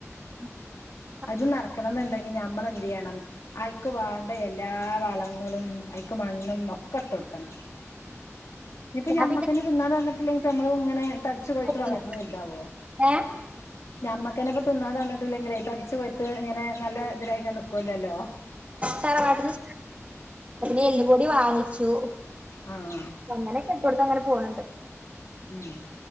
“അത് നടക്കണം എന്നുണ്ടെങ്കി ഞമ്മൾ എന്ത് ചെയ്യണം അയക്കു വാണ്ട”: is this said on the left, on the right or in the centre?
Left